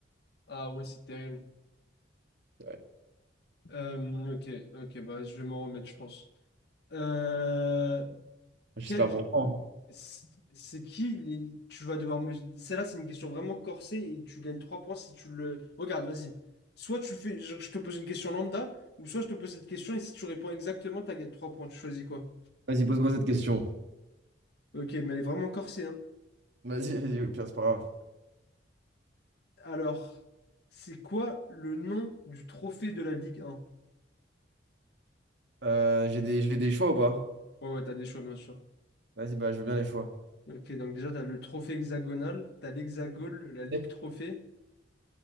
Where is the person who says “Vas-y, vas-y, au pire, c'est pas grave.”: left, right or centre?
Right